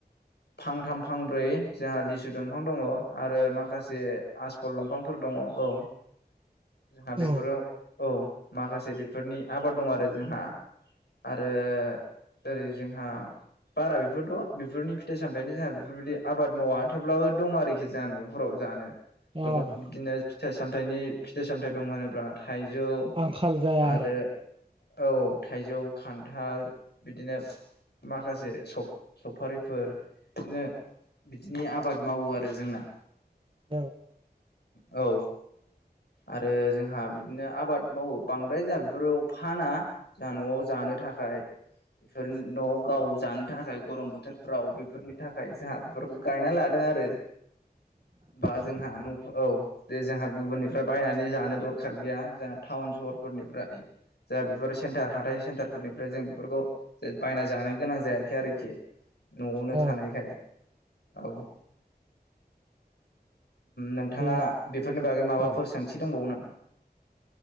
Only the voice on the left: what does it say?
फांथाम फांब्रै जोंहा लिसु दंफां दङ। आरो माखासे आसफल दंफांफोर दङ औ जोंहा बेफोराव।
औ माखासे बेफोरनि आबाद दं आरो जोंहा आरो ओरै जों हा बारा बेफोरथ' बेफोरनि फिथाइ सामथाइनि जोंहा बेफोरबायदि आबाद मावा थेवब्लाबो दं आरोखि जोंहा न'फोराव जानो।
गोबां बिदिनो फिथाइ सामथाइनि फिथाइ सामथाइ दं होनोब्ला थाइजौ
आरो। औ थाइजौ खान्थाल बिदिनो माखासे सफारिफोर बिदिनो बिदिनो आबाद मावो आरो जोंना।
औ। आरो जोंहा बिदिनो आबाद मावो बांद्राय जोंहा बेफोरखौ फाना जोंहा न'आव जानो। थाखाय बेफोर न' गाव जानो थाखाय गरम बोथोरफ्राव बेफोरनि थाखाय जोंहा बेफोरखौ गायना लादों आरो। बा
जोंहा न औ बजै जोंहा गुबुननि फ्राय बायनानै जानो दरखार गैया जोंहा टाउन सहरफोरनिफ्राय। जा बेफोर सेन्टार हाथाइ सेन्टारफोरनिफ्राय जों बेफोरखौ बायना जानो गोनां जायाखै आरोखि न'आवनो
थानायखाय औ। नोंथाङा
बेफोरनि बागै माबा।
दंबावो नामा